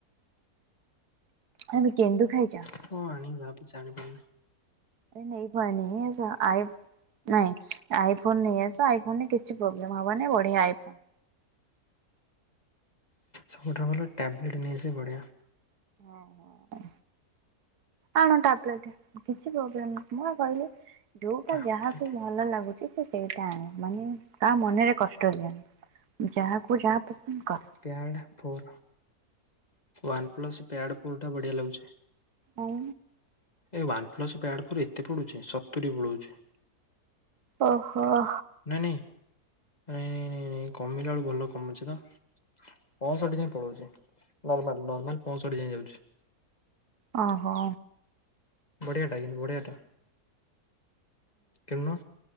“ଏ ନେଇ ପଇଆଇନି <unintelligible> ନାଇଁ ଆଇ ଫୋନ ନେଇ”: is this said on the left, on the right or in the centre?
Right